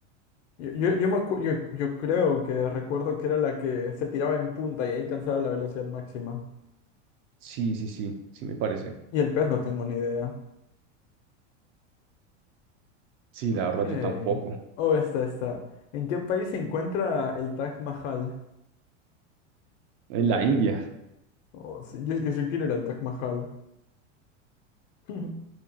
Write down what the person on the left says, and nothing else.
Yo, yo, yo me acu- yo- yo creo que recuerdo que era la que se tiraba en punta y ahí alcanzaba la velocidad máxima.
Y el pez no tengo ni idea.
Ok.
Oh, esta, esta. ¿En qué país se encuentra el Taj Mahal?
Oh, sí, yo, yo sí quiero ir al Taj Mahal. <laughs>